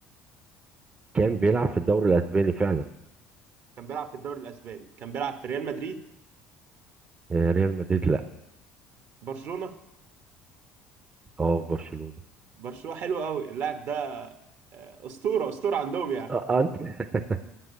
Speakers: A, on the right; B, on the right.
A: كان بيلعب في الدوري الاسباني فعلا
B: كان بيلعب في الدوري الاسباني كان بيلعب في ريال مدريد
A: آه، ريال مدريد لا
B: برشلونه
A: اه في برشلونة
B: برشلونه حلو قوي اللاعب ده آه، اسطوره اسطوره عندهم يعني
A: اه آه، انت <laughs>